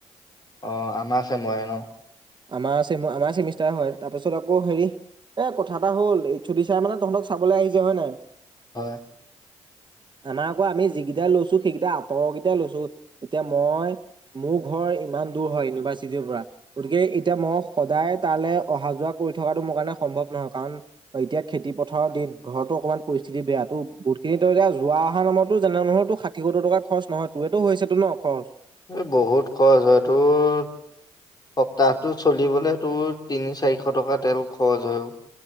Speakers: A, on the left; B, on the right.
A: অ' আমাৰ ছেমৰে ন'?
B: আমাৰ ছেম- আমাৰ ছেমিষ্টাৰ হয়। তাৰ পিছত আকৌ হেৰি- এ কথা এটা হ'ল। এইচ অ ডি ছাৰে মানে তঁহতক চা খাবলৈ আহিছে, হয় নাই?
A: হয়।
B: আমাৰ আকৌ আমি যিকেইটা লৈছোঁ, সেইকেইটা আঁতৰৰ কেইটাই লৈছোঁ। এতিয়া মই, মোৰ ঘৰ ইমান দূৰ হয় ইউনিভাৰ্চিটিৰ পৰা। গতিকে এতিয়া মই সদায় তালৈ অহা-যোৱা কৰি থকাটো মোৰ কাৰণে সম্ভৱ নহয়। কাৰণ এতিয়া খেতি পথাৰৰ দিন, ঘৰতো অকণমান পৰিস্থিতি বেয়া তো। বহুতখিনি তো এতিয়া যোৱা-অহাৰ নামতো যেনে নহয়তো ষাঠি-সত্তৰ টকা খৰচ নহয়, তোৰেতো হৈছেতো ন' খৰচ।
A: এই বহুত খৰচা। তোৰ সপ্তাহটো চলিবলৈ তোৰ তিনি-চাৰিশ টকা তেল খৰচ হয়।